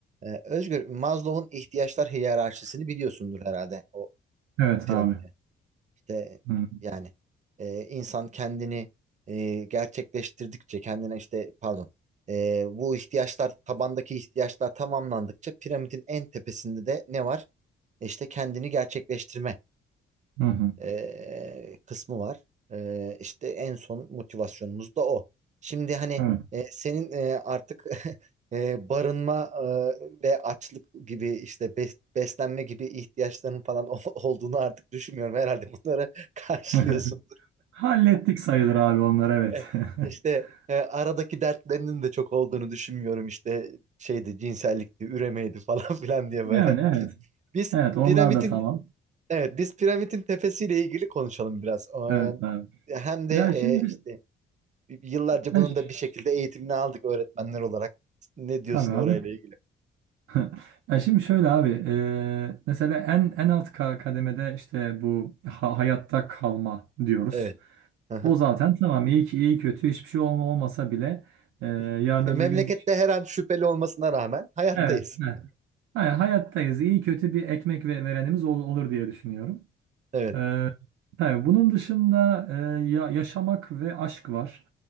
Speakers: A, on the right; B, on the right.
A: Ee, Özgür, Maslow'un ihtiyaçlar hiyerarşisini biliyorsundur herhalde o
B: Evet
A: piramide.
B: abi.
A: İşte
B: Hı
A: yani e, insan kendini e, gerçekleştirdikçe kendine işte pardon e, bu ihtiyaçlar tabandaki ihtiyaçlar tamamlandıkça piramidin en tepesinde de ne var? E, İşte kendini gerçekleştirme
B: hı. hı.
A: e, kısmı var. E, işte en son motivasyonumuz da o. Şimdi hani
B: Evet.
A: e, senin e, artık <laughs> e, barınma e, ve açlık gibi işte bes- beslenme gibi ihtiyaçların falan <laughs> ol- olduğunu artık düşünmüyorum. Herhalde bunları <laughs> karşılıyorsun.
B: <laughs> Hallettik sayılır abi onlar evet.
A: E, İşte
B: <laughs>
A: e, aradaki dertlerinin de çok olduğunu düşünmüyorum. İşte şeydi cinsellikti, üremeydi falan <laughs> filan diye
B: Yani
A: böyle.
B: evet.
A: Biz
B: Evet onlar
A: piramidin
B: da tamam.
A: Evet, biz piramidin tepesiyle ilgili konuşalım biraz.
B: Evet abi.
A: Ee, hem de
B: Ya
A: e,
B: şimdi
A: işte yıllarca
B: ya
A: bunun
B: ş-
A: da bir şekilde eğitimini aldık öğretmenler olarak. Ne diyorsun
B: tabii abi.
A: orayla ilgili?
B: <laughs> Ya şimdi şöyle abi e, mesela en en alt ka- kademede işte bu ha- hayatta kalma diyoruz.
A: Evet. Hı-hı.
B: O zaten tamam iyi ki iyi kötü hiçbir şey olma, olmasa bile e, yarın
A: <laughs>
B: öbür
A: Memlekette
B: gün iş-
A: her an şüpheli olmasına rağmen hayattayız.
B: evet heh. Hayır, hayattayız iyi kötü bir ekmek ve verenimiz ol- olur diye düşünüyorum.
A: Evet.
B: Ee, tabii bunun dışında e, ya- yaşamak ve aşk var.